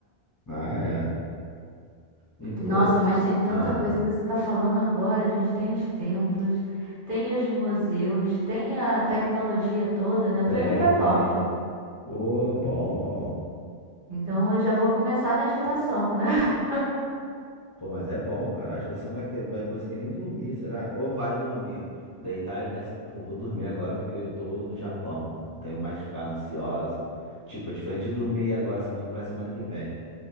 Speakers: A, on the left; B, on the right.
A: Ah, é. E, pô,
B: Nossa, mas tem tanta
A: ah,
B: coisa que você tá falando agora, gente. Tem os templos, tem os museus, tem a tecnologia toda, né? Eu
A: tem,
B: tô indo pra
A: tem.
B: Tóquio.
A: Pô, bom, bom.
B: Então eu já vou começar na agitação, né? <laughs>
A: Pô, mas é bom, cara. Acho que você não vai, que- vai conseguir nem dormir, será? Ou vai dormir, deitar e pensar, pô, vou dormir agora porque eu tô no Japão. Não tenho mais que ficar ansiosa. Tipo, é diferente de dormir agora sabendo que vai semana que vem.